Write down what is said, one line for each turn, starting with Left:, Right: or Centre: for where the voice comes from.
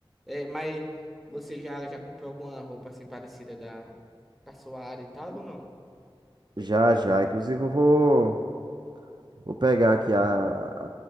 Centre: É, mas você já, já comprou alguma roupa assim parecida da, da sua área e tal, ou não?
Right: Já, já. Inclusive, eu vou, vou pegar aqui a,